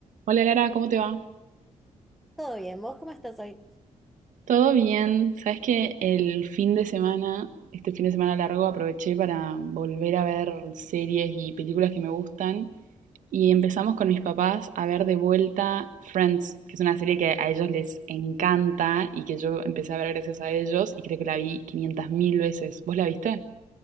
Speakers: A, on the right (about 80°); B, in the centre.
A: Hola Lara, ¿cómo te va?
B: Todo bien, ¿vos cómo estás hoy?
A: Todo bien. Sabes que el fin de semana, este fin de semana largo, aproveché para volver a ver series y películas que me gustan. Y empezamos con mis papás a ver de vuelta Friends, que es una serie que a ellos les encanta y que yo empecé a ver gracias a ellos y creo que la vi quinientas mil veces. ¿Vos la viste?